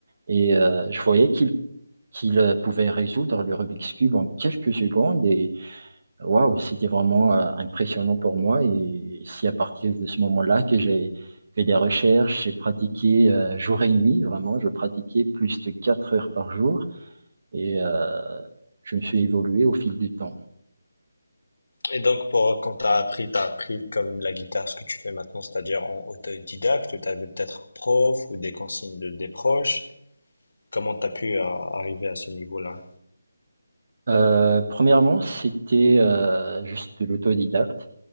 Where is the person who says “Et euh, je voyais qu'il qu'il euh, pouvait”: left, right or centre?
Right